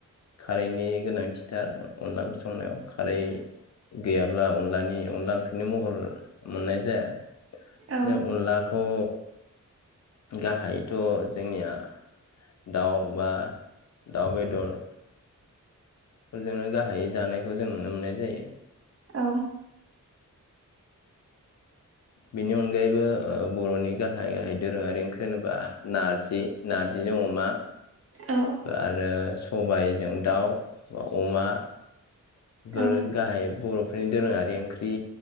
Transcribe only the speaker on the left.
खारैनि गोनांथि थार <unintelligible> अनदलासंनायाव खारै गैयाब्ला अनलानि अनला ओंख्रिनि महर मोननाय जाया
अनलाखौ गाहायथ' जोंनिया दाउ बा दाउ बेदर फोरजोंनो गाहायै जानायखौ जों नुनो मोननाय जायो
बेनि अनगायैबो ओ बर'नि गाहाय गाहाय दोरोङारि ओंख्रि होनोब्ला नारजि नार्जिजों अमा
आरो सबायजों दाउ बा अमा बेफोरो
गाहाय बर'फोरनि दोरोङारि ओंख्रि